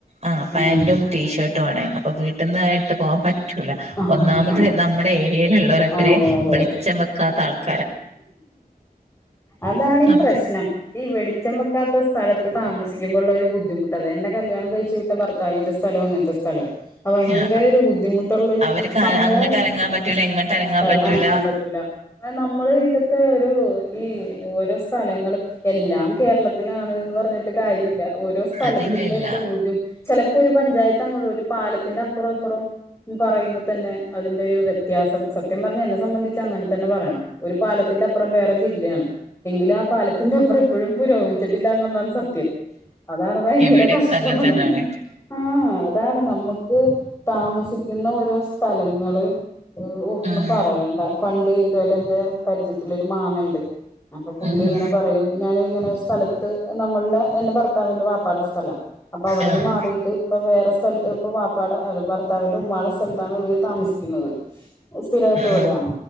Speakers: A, on the right; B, on the left.
A: ആ പാന്റും.
B: ഉം
A: ടീഷർട്ട്വാണ്. അപ്പ വീട്ടിന്നായിട്ട് പോവാൻ പറ്റ്. റ്റൂല.
B: ആഹ്
A: ഒന്നാമത് നമ്മുടെ ഏര്യേല്ള്ളവരൊക്കര്
B: അതെ അതെ
A: വെളിച്ചം
B: അതെ
A: വെക്കാത്ത ആൾക്
B: അതാണ് ഈ
A: അപ്പം
B: പ്രശ്നം. ഈ വെളിച്ചം വക്കാത്ത സ് സ്ഥലത്ത് താമസിക്കുമ്പൊ ഉള്ള ഒരു ബുദ്ധിമുട്ട്. അത് എന്നെ കല്യാണം കഴിച്ചു വിട്ട ഭർത്താവിന്റെ സ്ഥലം അങ്ങനത്തെ സ്ഥല
A: അതെ
B: ഭയങ്കര ഒരു ബുദ്ധിമുട്ടുള്ളരു
A: അവർക്ക്
B: സംഭവം
A: അങ്ങട്ട് അനങ്ങാൻ
B: <unintelligible>
A: പറ്റൂല ഇങ്ങട്ട് അനങ്ങാൻ പറ്റൂല
B: അനങ്ങാൻ പറ്റൂല. അ നമ്മള് ഇതൊക്കെ ഒരു ഈ ഓരോ സ്ഥലങ്ങള് എല്ലാം കേരളത്തിലാണ്ന്ന് പറഞ്ഞിട്ട് കാര്യ ഇല്ല. ഓരോ സ്ഥലത്തിന്റെ
A: അതില്ല ഇല്ല
B: ഒക്കെ ഭുധ് ചെലപ്പോ ഒരു പഞ്ചായത്ത് അങ്ങോ ഒരു പാലത്തിന്റെ അപ്പുറം ഇപ്പുറം. പറയുമ്പ തന്നെ അതിന്റെ ഒരു വ്യത്യാസം. സത്യം പറഞ്ഞ എന്നെ സംബന്ധിച്ച് അങ്ങൻ തന്നെ പറയണം. ഒരു പാലത്തിന്റെ അപ്പുറം വേറെ ജില്ലേണ്. എങ്കിലും ആ പാലത്തിന്റെ അപ്പുറം ഇപ്പഴും പുരോഗമിച്ചിട്ടില്ലന്നുള്ളാണ് സത്യം. അതാണ് ഭയങ്കര
A: ഇവിടെക്കെ
B: കഷ്ടവാണ്.
A: അങ്ങനെ തന്നെയാണ്
B: ആഹ് ആ. അതാണ് നമ്മുക്ക് താമസിക്കുന്ന ഓരോ സ്ഥലങ്ങള്. ഊ ഒന്നും
A: ഉം
B: പറയണ്ട. പണ്ട് ഇതുപോലെ ഇന്റെ പരിചയത്തിലൊരു മാമ ഇണ്ട്. അപ്പൊ പുള്ളി
A: ഉം ആഹ്
B: ഇങ്ങനെ പറയും. ഞാനിങ്ങനെ ഒരു സ്ഥലത്ത് നമ്മളുടെ എന്റെ ഭർത്താവിന്റെ പാപ്പാട സ്ഥല അപ്പൊ അവിടുന്ന്
A: ആഹ്
B: മാറിയിട്ട്. ഇപ്പൊ വേറെ സ്ഥലത്ത് ഇപ്പ വാപ്പാട ഭർത്താവിന്റെ ഉമ്മാടെ സ്ഥലത്താണ് ഇവര് താമസിക്കുന്നത്. സ്ഥിര വായിട്ട് ഇവിടെയാണ്.
A: ആഹ്